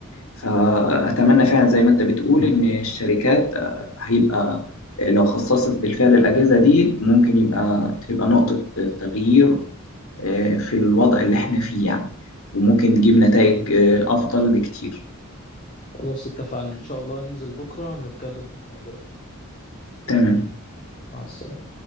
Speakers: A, on the left; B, on the left.
A: فأتمنى فعلا زي ما أنت بتقول إن الشركات آه، هيبقى آه، لو خصصت بالفعل الأجهزة دي ممكن يبقى تبقى نقطة آه، تغيير آه، في الوضع اللي إحنا فيه يعني وممكن تجيب نتائج آه، أفضل بكتير
B: خلاص اتفقنا إن شاء الله ننزل بكرة نتكلم في الموضوع ده
A: تمام
B: مع السلامة